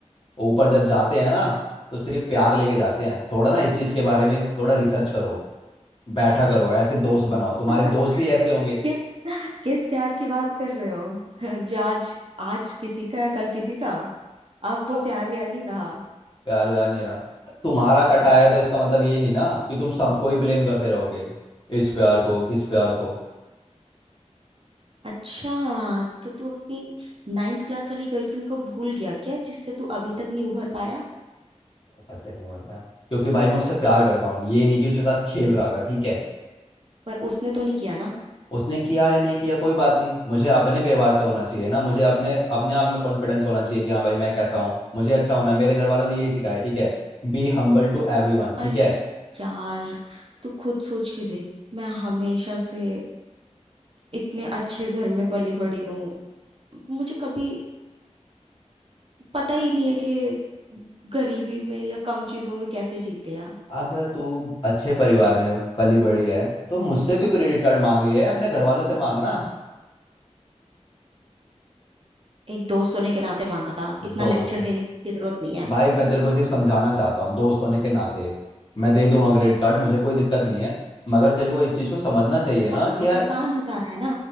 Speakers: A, on the left (about 45°); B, on the right (about 50°).
A: ऊपर जब जाते हैं ना तो सिर्फ प्यार लेके जाते हैं थोड़ा ना इस चीज के बारे में थोड़ा रिसर्च करो बैठा करो ऐसे दोस्त बनाओ तुम्हारे
B: <laughs>
A: दोस्त ही ऐसे होंगे
B: किस किस प्यार की बात कर रहे हो <laughs> जो आज आज किसी का कल किसी का अब
A: प्यार
B: वो प्यार व्यार नहीं रहा
A: व्यार नहीं रहा तुम्हारा कटा है तो इसका मतलब ये नहीं ना कि तुम सबको ही ब्लेम करते रहोगे इस प्यार को किस प्यार को
B: अच्छा तो तू अपनी नाइन्थ क्लास वाली गर्लफ्रेंड को भूल गया क्या जिससे तू अभी तक नहीं उभर पाया
A: पता नहीं हो रहा है क्योंकि भाई मैं उससे प्यार करता हूँ ये नहीं कि उसके साथ खेल रहा था ठीक है
B: पर उसने तो नहीं किया ना
A: उसने किया या नहीं किया कोई बात नहीं मुझे अपने व्यवहार से होना चाहिए ना मुझे अपने अपने आप में कॉन्फिडेंस होना चाहिए कि हाँ भाई मैं कैसा हूँ मुझे अच्छा होना है मेरे घर वालों ने यही सिखाया है, ठीक है बी हम्बल टू एवरीवन
B: अरे
A: ठीक है
B: यार तू खुद सोच के देख मैं हमेशा से इतने अच्छे घर में पली बड़ी हूँ मुझे कभी पता ही नहीं है कि गरीबी में या कम चीजों में कैसे जीते हैं
A: अगर तू अच्छे परिवार में पली बड़ी है तो मुझसे क्यों क्रेडिट कार्ड मांग रही है अपने घर वालों से मांगना
B: एक दोस्तों ने के नाते मांगा था इतना
A: दोस्त
B: लेक्चर देने की जरूरत नहीं है
A: भाई मैं तेरे को सिर्फ समझाना चाहता हूँ दोस्त होने के नाते मैं दे दूंगा क्रेडिट कार्ड मुझे कोई दिक्कत नहीं है मगर तेरे को इस चीज को समझना चाहिए ना
B: अब तो तू
A: कि यार
B: एहसान जता रहा है ना